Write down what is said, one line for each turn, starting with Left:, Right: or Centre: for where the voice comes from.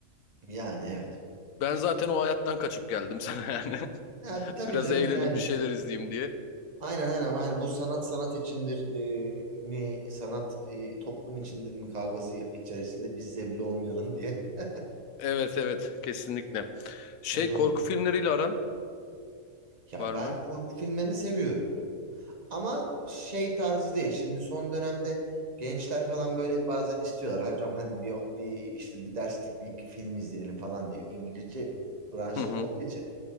Right: Yani evet.
Left: Ben zaten o hayattan kaçıp geldim sana yani.
Right: Ha, tabii
Left: <laughs> Biraz
Right: canım
Left: eğlenin
Right: yani.
Left: bir şeyler izleyeyim diye.
Right: Aynen aynen ama hani bu sanat sanat içindir e, mi sanat e, toplum içindir mi kavgası içerisinde biz zebli olmayalım diye. <laughs>
Left: Evet evet kesinlikle. Şey
Right: Ya doğru.
Left: korku filmleriyle aran
Right: Ya
Left: var
Right: ben
Left: mı?
Right: korku filmlerini seviyorum. Ama şey tarzı değil. Şimdi son dönemde gençler falan böyle bazen istiyorlar. Hocam hadi bir, bir işte bir derslik bir film izleyelim falan diye. İngilizce branşım
Left: Hı hı.
Right: olduğu için.